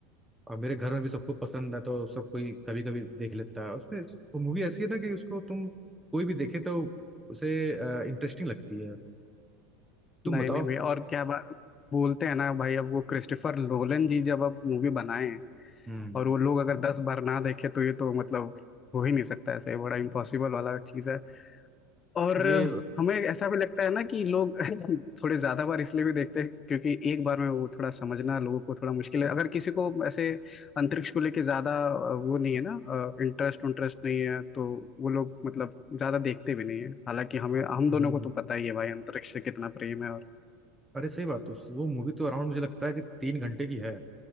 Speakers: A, in the centre; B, on the left (about 20°).
A: अ, मेरे घर में भी सबको पसंद है तो सब कोई कभी कभी देख लेता है उसमें वो मूवी ऐसी है ना कि उसको तुम कोई भी देखे तो उसे इंटरेस्टिंग लगती है तुम
B: नहीं
A: बताओ
B: नहीं भैया और क्या बात बोलते हैं ना भाई अब वो क्रिस्टोफर नोलन जी जब अब मूवी बनाए
A: हम्म
B: और वो लोग अगर दस बार ना देखे तो ये तो मतलब हो ही नहीं सकता ऐसे बड़ा इम्पॉसिबल वाला चीज़ है और
A: ये
B: हमें ऐसा भी लगता है ना कि लोग <laughs> थोड़े ज्यादा बार इसलिए भी देखते हैं क्योंकि एक बार में वो थोड़ा समझना लोगों को थोड़ा मुश्किल है अगर किसी को ऐसे अंतरिक्ष को लेके ज्यादा अ, वो नहीं है ना इंटरेस्ट इंटरेस्ट नहीं है तो वो लोग मतलब ज्यादा देखते भी नहीं है हालांकि हमें हम
A: हम्म
B: दोनों को तो पता ही है भाई अंतरिक्ष से कितना प्रेम है और
A: अरे सही बात उस वो मूवी तो अराउंड मुझे लगता है कि तीन घंटे की है